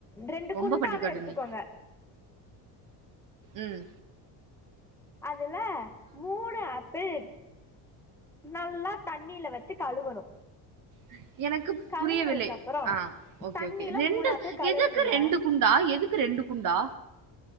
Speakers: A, in the centre; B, on the right (about 45°).
A: ரெண்டு
B: ரொம்ப
A: குண்டாவே
B: பட்டிக்காடு
A: எடுத்துக்கோங்க
B: நீ உம்
A: அதுல மூணு ஆப்பிள் நல்லா தண்ணில வச்சு கழுவணு
B: உம் எனக்கு
A: கழுவுனதுக்கு
B: புரிய வில்லை
A: அப்புறோ
B: ஆஹ் ஓகே
A: தண்ணில
B: ஓகே ரெண்டு
A: மூணு ஆப்பிள் கழுவுங்கங்க
B: எதுக்கு ரெண்டு குண்டா எதுக்கு ரெண்டு குண்டா